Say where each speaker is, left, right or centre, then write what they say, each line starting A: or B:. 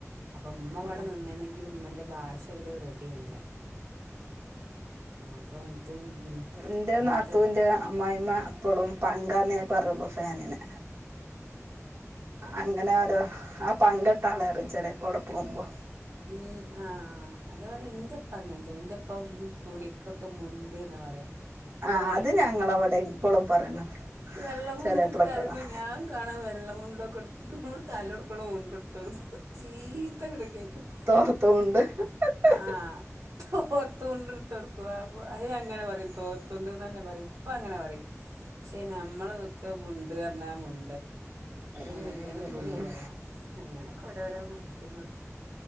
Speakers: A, on the right (about 80°); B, on the right (about 45°).
A: അപ്പൊ ഉമ്മ അവിടെ
B: ആ
A: നിന്നണെങ്കിലും ഉമ്മന്റെ ഭാഷ ങ്ങട് റെഡി ആയില അപ്പം ഇത്
B: ന്റെ
A: മൂത്ത
B: നാത്തൂന്റെ അമ്മായിമ്മ എപ്പളും പങ്കാന്നേ പറയുള്ളു ഫാനിന് അങ്ങനെ ഒരു ആ പങ്കട്ടാണ് റിയും ചിലേപ്പോ അവിടെ പോവുമ്പോ
A: മ് ആ അതേപോലെ ഇന്റപ്പ അങ്ങനത്തെ ഇന്റപ്പ തുണിക്കൊക്കെ മുണ്ട് ന്നാ പറയാ ഇവിടെ
B: ആ അത് ഞങ്ങളവിടെ ഇപ്പളും പറയണ
A: വെള്ളമുണ്ട്ടുത്താലപ്പ
B: ചെറിയപ്പളൊക്കെ പറയും
A: ഞാൻ കാണാ വെള്ളമുണ്ട് കൊട്ത്ത് നമ്മൾ തലോക്കണ മുണ്ട്ട്‌തൊടുക്കും ചീത്തങ്കട് കേക്കും
B: തോർത്തുമുണ്ട് ഹ് ഹ് ഹ്
A: ആഹ് തോർത്തു മുണ്ടെടുത്ത്ടുക്കും ആ അത്ങ്ങനെ പറയും തോർതുണ്ട് നന്നെ പറയിം ഇപ്പങ്ങനെ പറയും പക്ഷെ നമ്മളൊക്കെ മുണ്ട്പറഞ്ഞ മുൻ
B: ഉം
A: മറ്റേന് തുണിയാ
B: ഉം
A: പറയാ അങ്ങനെയൊക്കെ ഓരോരോ മാറ്റങ്ങൾ